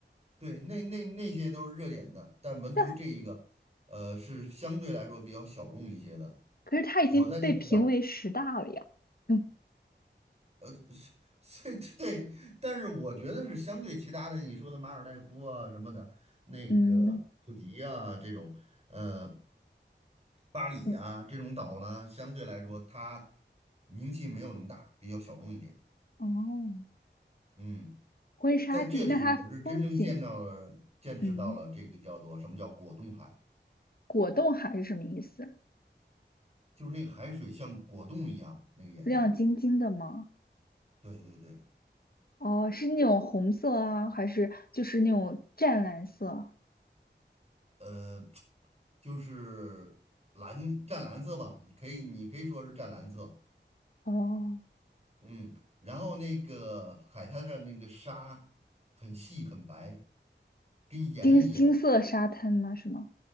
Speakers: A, on the right (about 35°); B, on the left (about 55°).
A: 对，那那那些都是热点的，但唯独这一个，
B: <laughs> 但
A: 呃，是相对来说比较小众一些的。
B: 可是它已经被评为十大了呀。
A: 我在那个叫。
B: 嗯
A: 呃，是所以对，但是我觉得是相对其他的，你说的马尔代夫啊什么的，那个普吉啊这种，
B: 嗯
A: 呃，巴黎啊这种岛呢，
B: 嗯，
A: 相对来说它名气没有那么大，比较小众一点。
B: 哦。
A: 嗯，
B: 婚纱地，
A: 在这里我是真正见到了、
B: 那它风景，
A: 见识到了这个叫做什么叫果冻海，
B: 嗯，果冻海是什么意思？
A: 就是那个海水像果冻一样那个颜色。
B: 亮晶晶的吗？
A: 对对对。
B: 哦，是那种红色啊，还是就是那种湛蓝色？
A: 呃，就是蓝湛蓝色吧，你可以你可以说是湛蓝色，
B: 哦，
A: 嗯，然后那个海滩上那个沙很细很白，跟盐一样，
B: 金金色沙滩吗？是吗？